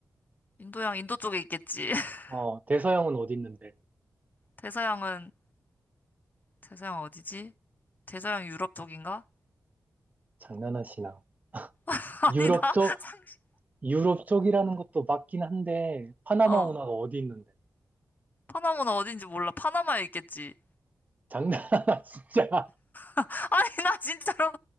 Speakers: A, on the left; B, on the right.
A: 인도양, 인도 쪽에 있겠지. <laughs>
B: 어, 대서양은 어디 있는데?
A: 대서양은, 대서양 어디지? 대서양 유럽 쪽인가?
B: 장난하시나.
A: <laughs> 아니,
B: 유럽
A: 나
B: 쪽,
A: 상식,
B: 유럽 쪽이라는 것도 맞긴 한데, 파나마
A: 어.
B: 운하가 어디 있는데?
A: 파나마는 어딘지 몰라. 파나마에 있겠지.
B: 장난하나, <laughs> 진짜.
A: <laughs> 아니, 나 진짜로